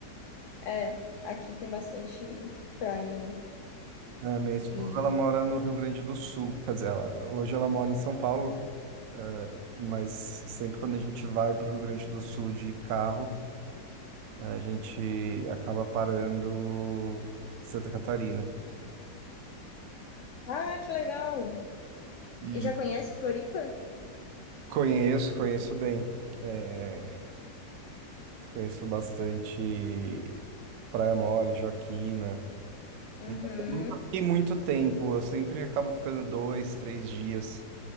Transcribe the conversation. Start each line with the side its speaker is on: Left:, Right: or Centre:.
Left: é. Aqui tem bastante praia, né?
Right: É, minha esposa,
Left: E.
Right: ela mora no Rio Grande do Sul, quer dizer, ela, hoje ela mora em São Paulo, é, mas sempre quando a gente vai para o Rio Grande do Sul de carro, é, a gente acaba parando em Santa Catarina.
Left: Ah, que legal!
Right: E
Left: E já conhece Floripa?
Right: conheço, conheço bem, é, conheço bastante Praia Mole, Joaquina,
Left: Uhum,
Right: mas eu nunca fiquei muito tempo, eu sempre acabo ficando dois, três dias.